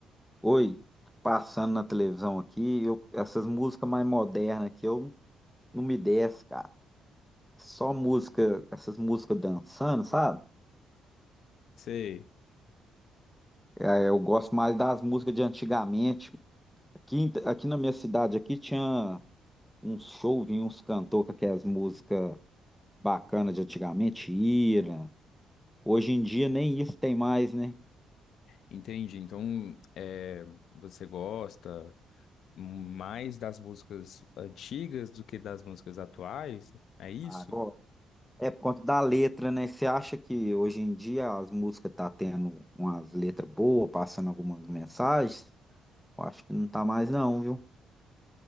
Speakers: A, in the centre; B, on the left.
A: Oi, passando na televisão aqui, eu, essas músicas mais modernas aqui, eu não me desço, cara. Só música, essas músicas dançando, sabe?
B: sei,
A: É, Eu gosto mais das músicas de antigamente. Aqui, em- aqui na minha cidade aqui tinha uns show, vinha uns cantores com aquelas músicas bacanas de antigamente, Ira. Hoje em dia nem isso tem mais, né?
B: entendi. Então, é, você gosta mais das músicas antigas do que das músicas atuais? É isso?
A: Agora. É por conta da letra, né? Você acha que hoje em dia as músicas tá tendo umas letras boas, passando algumas mensagens? Eu acho que não tá mais não, viu?